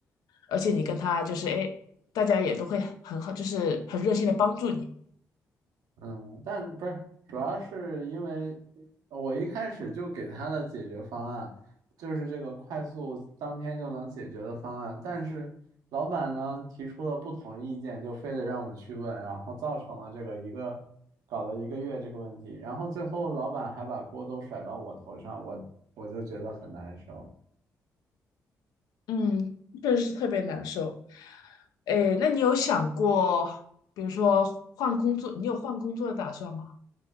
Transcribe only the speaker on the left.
而且你跟他就是哎，大家也都会很好，就是很热心的帮助你。
嗯，确实是特别难受。哎，那你有想过，比如说换工作，你有换工作的打算吗？